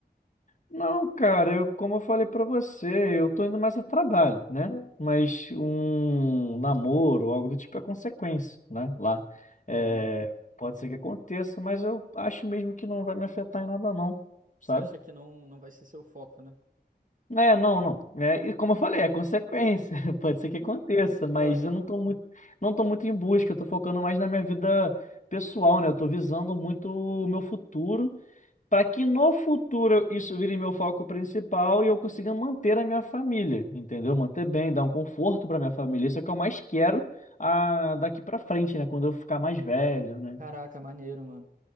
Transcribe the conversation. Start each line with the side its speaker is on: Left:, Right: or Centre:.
Left: Não, cara, eu, como eu falei pra você, eu tô indo mais a trabalho, né? Mas um namoro, algo do tipo, é consequência, né? Lá. É,
Right: Uhum.
Left: pode ser que aconteça, mas eu acho mesmo que não vai me afetar em nada, não, sabe?
Right: Você acha que não, não vai ser seu foco, né?
Left: É, não, não. É, e como eu falei, é consequência. <laughs> Pode
Right: <laughs>
Left: ser que aconteça, mas
Right: Aham.
Left: eu não tô muito, não tô muito em busca, eu tô focando mais na minha vida pessoal, né? Eu tô visando muito o meu futuro para que no futuro isso vire meu foco principal e eu consiga manter a minha família, entendeu? Manter bem, dar um conforto para minha família. Isso é o que eu mais quero ah, daqui para frente, né? Quando eu ficar mais velho, né?
Right: Caraca, maneiro, mano.